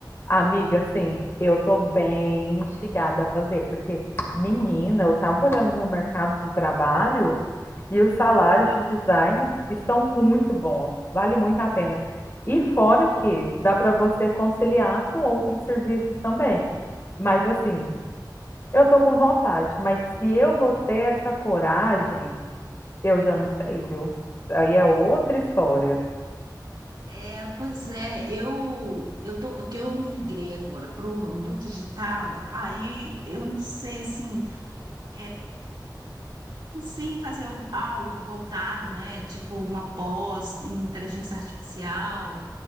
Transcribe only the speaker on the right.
É, pois é, eu eu tô que eu migrei agora para o ramo do digital. Aí eu não sei assim, é, Sem fazer al- algo voltado, né? Tipo uma pós em inteligência artificial,